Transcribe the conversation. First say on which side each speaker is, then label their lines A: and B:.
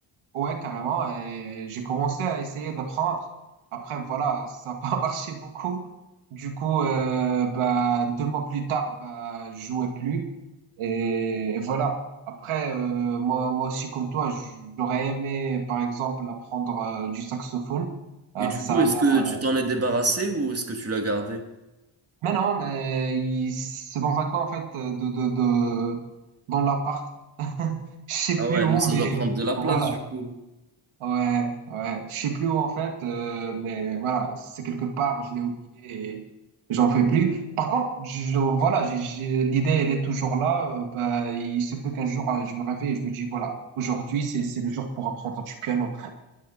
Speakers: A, on the right (about 85°); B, on the right (about 30°).
A: ouais, carrément, et j'ai commencé à essayer d'apprendre. Après, voilà, ça n'a pas <laughs> marché beaucoup. Du coup, euh, ben, deux mois plus tard, ben, je jouais plus. Et, et voilà. Après, euh, moi, moi aussi, comme toi, j'aurais aimé, par exemple, apprendre euh, du saxophone. Euh,
B: Et du
A: ça
B: coup, est-ce
A: a l'air
B: que
A: euh,
B: tu t'en es débarrassé ou est-ce que tu l'as gardé?
A: Mais non, mais il- c'est dans un coin, en fait, euh, de, de, de, dans l'appart. <laughs> Je sais
B: Ah
A: plus
B: ouais,
A: où,
B: mais ça
A: mais
B: doit prendre de la place
A: voilà.
B: du coup.
A: Ouais, ouais. Je sais plus où, en fait, euh, mais voilà, c'est quelque part, je l'ai oublié et j'en fais plus. Par contre, je, voilà, j'ai, j'ai- l'idée, elle est toujours là. Euh, bah, il se peut qu'un jour, euh, je me réveille et je me dis, voilà, aujourd'hui, c'est, c'est le jour pour apprendre du piano.